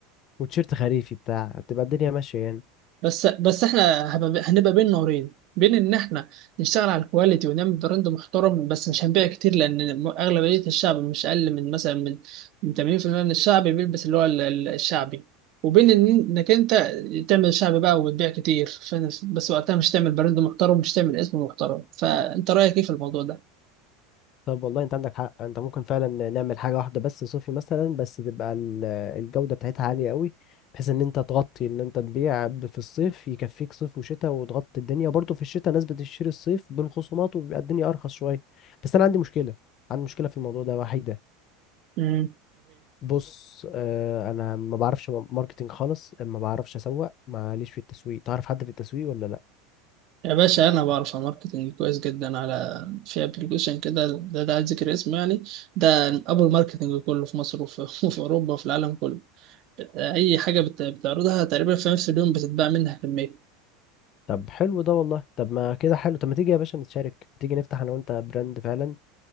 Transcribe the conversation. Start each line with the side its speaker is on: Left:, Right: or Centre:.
Left: وتيشيرت خريفي بتاع تبقى الدنيا ماشيه يعني
Right: بس بس احنا هب- هنبقى بين نارين بين ان احنا نشتغل على الكواليتي ونعمل براند محترم بس مش هنبيع كتير لان م- اغلبيه الشعب مش اقل من مثلا من من 80% من الشعب بيلبس اللي هو ال- ال- الشعبي وبين إن- انك انت تعمل شعبي بقى وتبيع كتير ف- بس وقتها مش تعمل براند محترم مش تعمل اسم محترم فانت رايك ايه في الموضوع ده؟
Left: طب والله انت عندك حق انت ممكن فعلا نعمل حاجه واحده بس صوفي مثلا بس تبقى ال- الجوده بتاعتها عاليه قوي بحيث ان انت تغطي ان انت تبيع ب- في الصيف يكفيك صيف وشتاء وتغطي الدنيا برضه في الشتاء ناس بتشتري الصيف بين خصومات وبيبقى الدنيا ارخص شويه بس انا عندي مشكله عندي مشكله في الموضوع ده وحيده
Right: امم
Left: بص اه انا ما بعرفش ماركتينج خالص ما بعرفش اسوق ماليش في التسويق تعرف حد في التسويق ولا لا
Right: يا باشا انا بعرف على ماركتنج كويس جدا على في ابلكيشن كده ده ده عايز ذكر اسمه يعني ده ابو الماركتنج كله في مصر وفي, <laughs> وفي اوروبا وفي العالم كله اي حاجه بت- بتعرضها تقريبا في نفس اليوم بتتباع منها كميه
Left: طب حلو ده والله طب ما كده حلو طب ما تيجي يا باشا نتشارك تيجي نفتح انا وانت براند فعلا